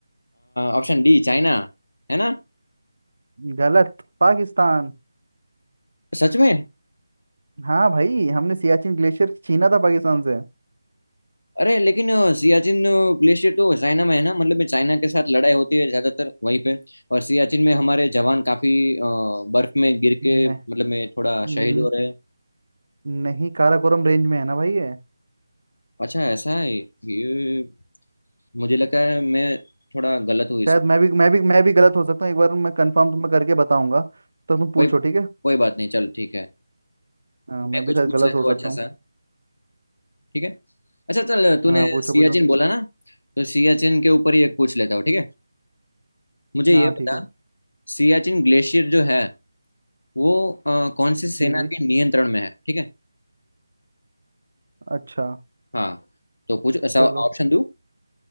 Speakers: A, on the left; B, on the right.
A: ऑप्शन डी चाइना है ना
B: गलत पाकिस्तान
A: सच में
B: हाँ भाई हमने सियाचिन ग्लेशियर छीना था पाकिस्तान से
A: अरे लेकिन अ, सियाचिन ग्लेशियर तो चाइना में है ना मतलब में चाइना के साथ लड़ाई होती है ज्यादातर वहीं पे और सियाचिन में हमारे जवान काफी अ, बर्फ में गिर के
B: न,
A: मतलब में थोड़ा
B: न,
A: शहीद हो रहे हैं
B: नहीं काराकोरम रेंज में है ना भाई ये
A: अच्छा ऐसा है ये मुझे लगा है मैं थोड़ा गलत हूँ इसमें
B: शायद मैं भी मैं भी मैं भी गलत हो सकता हूँ एक बार मैं कंफर्म तुम्हें करके बताऊंगा तो तुम पूछो
A: कोई
B: ठीक है
A: कोई बात नहीं चल ठीक है
B: हाँ मैं
A: मैं
B: भी
A: कुछ
B: शायद
A: पूछ
B: गलत
A: लेता
B: हो
A: हूँ
B: सकता
A: अच्छा
B: हूँ
A: सा ठीक है अच्छा चल तूने
B: हाँ पूछो
A: सियाचिन
B: पूछो
A: बोला ना तो सियाचिन के ऊपर ही एक पूछ लेता हूँ ठीक है मुझे
B: हाँ
A: ये
B: ठीक
A: बता
B: है
A: सियाचिन ग्लेशियर जो है वो अ, कौन सी सेना
B: जी जी
A: के नियंत्रण में है ठीक है
B: अच्छा
A: हाँ तो पूछो सब
B: चलो
A: ऑप्शन दूँ